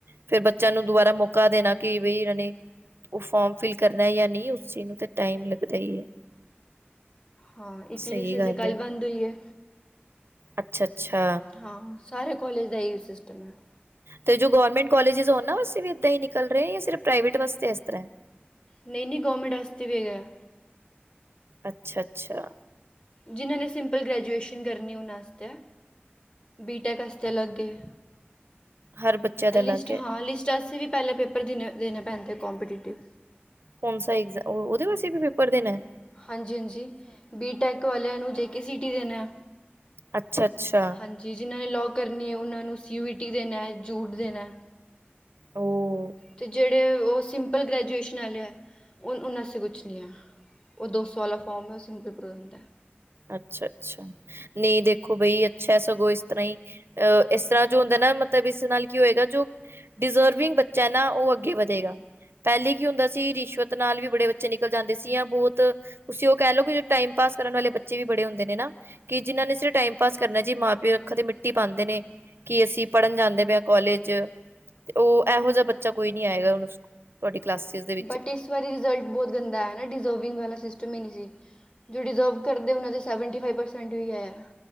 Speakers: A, on the right; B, on the left.
A: ਫੇਰ ਬੱਚਿਆਂ ਨੂੰ ਦੁਬਾਰਾ ਮੌਕਾ ਦੇਣਾ ਕਿ ਬਈ ਇਹਨਾਂ ਨੇ ਓਹ ਫੋਰਮ ਫਿਲ ਕਰਨਾ ਯਾ ਨਹੀਂ ਉਸ ਚੀਜ਼ ਨੂੰ ਤੇ ਟਾਈਮ ਲੱਗਦਾ ਹੀ ਹੈ।
B: ਹਾਂ ਇਟਲੀ
A: ਸਹੀ
B: ਚ ਅਜੇ
A: ਗੱਲ
B: ਕੱਲ ਬੰਦ ਹੋਈ ਐ
A: ਅੱਛਾ-ਅੱਛਾ
B: ਹਾਂ ਸਾਰੇ ਕੋਲੇਜ ਦਾ ਇਹੀਓ ਸਿਸਟਮ ਹੈ।
A: ਤੇ ਜੋ ਗੌਰਮੈਂਟ ਕਾਲੇਜਿਸ ਓਹਨਾਂ ਵਾਸਤੇ ਵੀ ਏਦਾਂ ਹੀ ਨਿਕਲ ਰਹੇ ਯਾ ਸਿਰਫ ਪ੍ਰਾਈਵੇਟ ਵਾਸਤੇ ਇਸ ਤਰ੍ਹਾਂ ਹੈ?
B: ਨਹੀਂ- ਨਹੀਂ ਗੌਰਮੈਂਟ ਆਸਤੇ ਵੀ ਹੈਗਾ
A: ਅੱਛਾ-ਅੱਛਾ
B: ਜਿਨ੍ਹਾਂ ਨੇ ਸਿੰਪਲ ਗ੍ਰੈਜੂਏਸ਼ਨ ਕਰਨੀ ਉਹਣਾ ਆਸਤੇ ਐ ਬੀਟੈਕ ਆਸਤੇ ਅਲੱਗ ਏ
A: ਹਰ ਬੱਚੇ ਦਾ
B: ਲਿਸਟ
A: ਅਲੱਗ ਹੈ
B: ਹਾਂ ਲਿਸਟ ਅਸੀ ਵੀ ਪੈਲੇ ਪੇਪਰ ਦੇਣੇ-ਦੇਣੇ ਪੈਂਦੇ ਕੰਪੀਟੀਟਿਵ
A: ਕੌਣਸਾ ਐਗਜ਼ਾ ਓ ਓਹਦੇ ਵਾਸਤੇ ਵੀ ਪੇਪਰ ਦੇਣੈ?
B: ਹਾਂਜੀ-ਹਾਂਜੀ, ਬੀਟੈਕ ਵਾਲਿਆਂ ਨੂੰ ਜੇ ਕੇ ਸੀ ਟੀ ਦੇਣੈ।
A: ਅੱਛਾ, ਅੱਛਾ।
B: ਹਾਂਜੀ, ਜਿਨ੍ਹਾਂ ਨੇ ਲੋਅ ਕਰਨੀ ਏ ਓਹਨਾਂ ਨੂੰ ਸੀ ਵੀ ਟੀ ਦੇਣੈ, ਜੂਟ ਦੇਣੈ।
A: ਓਹ
B: ਤੇ ਜੇੜੇ ਓਹ ਸਿੰਪਲ ਗ੍ਰੈਜੂਏਸ਼ਨ ਆਲੇ ਐ ਓਨ ਉਹਨਾਂ ਆਸੇ ਕੁਛ ਨੀ ਐ। ਓਹ ਦੋ ਸੌ ਆਲਾ ਫੋਰਮ ਏ, ਓਸੀ ਮੇ ਪੋਪਰ ਹੋ ਜਾਂਦੈ।
A: ਅੱਛਾ ਅੱਛਾ, ਨੀ ਦੇਖੋ ਬਈ ਅੱਛਾ ਸਗੋਂ ਇਸ ਤਰ੍ਹਾਂ ਈ ਅਹ ਇਸ ਤਰ੍ਹਾਂ ਜੋ ਹੁੰਦੈ ਨਾ ਮਤਲਬ ਇਸ ਦੇ ਨਾਲ ਕੀ ਹੋਏਗਾ ਜੋ ਡਿਜ਼ਰਵਿੰਗ ਬੱਚੈ ਨਾ ਓਹ ਅੱਗੇ ਵਧੇਗਾ। ਪੈਲੇ ਕੀ ਹੁੰਦਾ ਸੀ ਰਿਸ਼ਵਤ ਨਾਲ ਵੀ ਬੜੇ ਬੱਚੇ ਨਿਕਲ ਜਾਂਦੇ ਸੀ ਯਾ ਬੌਤ ਤੁਸੀਂ ਓਹ ਕੈ ਲੋ ਕਿ ਟਾਈਮ ਪਾਸ ਕਰਨ ਵਾਲੇ ਬੱਚ ਚੇ ਵੀ ਬੜੇ ਹੁੰਦੇ ਨੇ ਨਾ ਕਿ ਜਿਨਾ ਨੇ ਸਿਰਫ ਟਾਈਮ ਪਾਸ ਕਰਨੈ ਜੀ। ਮਾਂ-ਪਿਓ ਅੱਖਾਂ ਤੇ ਮਿੱਟੀ ਪਾਂਦੇ ਨੇ। ਕਿ ਅਸੀਂ ਪੜ੍ਹਨ ਜਾਂਦੇ ਪੇ ਆਂ ਕੋਲੇਜ ਤੇ ਓਹ ਐਹੋ ਜੇਆ ਬੱਚਾ ਕੋਈ ਨੀ ਆਏਗਾ ਹੁਣ ਸਕੁ ਤੁਆਡੀ ਕਲਾਸਿਸ ਦੇ ਵਿੱਚ।
B: ਬਟ ਇਸ ਵਾਰੀ ਰਿਜ਼ਲਟ ਬੌਤ ਗੰਦਾ ਆਯਾ ਐ ਨਾ, ਡਿਜ਼ਰਵਿੰਗ ਵਾਲਾ ਸਿਸਟਮ ਈ ਨੀ ਸੀ। ਜੋ ਡਿਜ਼ਰਵ ਕਰਦੇ ਆ ਓਹਨਾਂ ਦੇ ਸੈਵਨਟੀ ਫਾਈਵ ਪਰਸੈਂਟ ਵੀ ਆਏ ਆ।